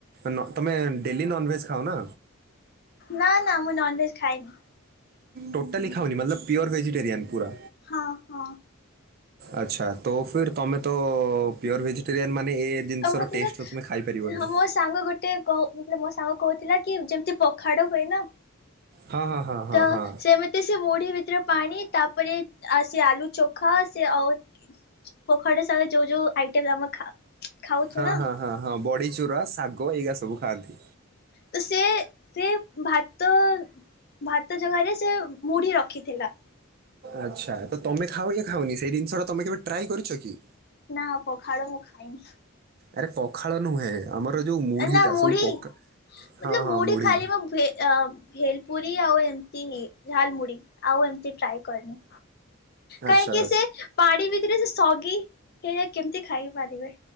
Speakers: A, on the right; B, on the left.
A: ନ ତମେ ଡେଲି ନନ୍‌ଭେଜ୍ ଖାଅ ନା?
B: ନା ନା ମୁଁ ନନ୍‌ଭେଜ୍‌ ଖାଇନି।
A: ଟୋଟାଲି ଖାଅନି ମାନେ ପିଓର ଭେଜିଟେରିୟାନ ପୁରା।
B: ହଁ ହଁ
A: ଆଚ୍ଛା ତ ଫିର୍ ତମେ ତ ପିଓର ଭେଜିଟେରିୟାନ ମାନେ ଜିନିଷ
B: ଆଉ ମତଲବ
A: ର ଟେଷ୍ଟ ତମେ ଖାଇପାରିବନି।
B: ହଁ ମୋ ସାଙ୍ଗ ଗୋଟେ କହୁ ମାନେ ମୋ ସାଙ୍ଗ କହୁଥିଲା କି ଯେମିତି ପଖାଳ ହୁଏ ନା।
A: ହଁ ହଁ। ହଁ
B: ତ
A: ହଁ
B: ସେମିତି ସେ ମୁଢି ଭିତରେ ପାଣି ତାପରେ ସେ ଆଳୁ ଚୋଖା ସେ ଆଉ ପଖାଳ ସାଙ୍ଗରେ ଯୋଉ ଯୋଉ ଆଇଟମ୍ ଆମେ ଖା ଖାଉଛୁ
A: ହଁ
B: ନା
A: ହଁ ହଁ ହଁ ବଡ଼ିଚୁରା ଶାଗ ଏଇଗା ସବୁ ଖାଆନ୍ତି।
B: ତ ସେ ସେ ଭାତ ଭାତ ଜାଗାରେ ସେ ମୁଢି ରଖିଥିଲା।
A: ଆଚ୍ଛା ତ ତମେ ଖାଉ କି ଖାଉନି ସେଇ ଜିନିଷ ଟା ତମେ କେବେ ଟ୍ରାଏ କରିଛ କି?
B: ନା ପଖାଳ ମୁଁ ଖାଏନି।
A: ଆରେ ପଖାଳ ନୁହେଁ। ଆମର ଯୋଉ ମୁଢ଼ିଟା
B: ନା ମୁଢି
A: ସବୁ ପକା
B: ମତଲବ
A: ହଁ
B: ମୁଢି
A: ହଁ ମୁଢ଼ି
B: ଖାଇଲେ ବି ଭେଲ ପୁରୀ ଆଉ ଏମିତି ହିଁ ଝାଲମୁଢି ଆଉ ଏମିତି ଟ୍ରାଏ କରିନି। କାହିଁକି
A: ଆଚ୍ଛା
B: ସେ ପାଣି ଭିତରେ ସେ ସଗି ଏଇରା କେମିତି ଖାଇ ପାରିବେ?